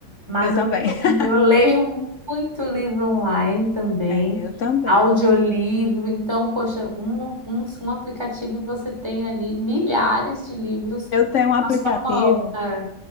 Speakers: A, on the right; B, on the left.
A: Mas
B: É. Eu
A: eu
B: também.
A: leio,
B: <laughs>
A: eu leio muito livro online também,
B: É, eu também.
A: audiolivro. Então, poxa, um, um, um aplicativo e você tem ali milhares de livros
B: Eu tenho um aplicativo,
A: na sua mão. É.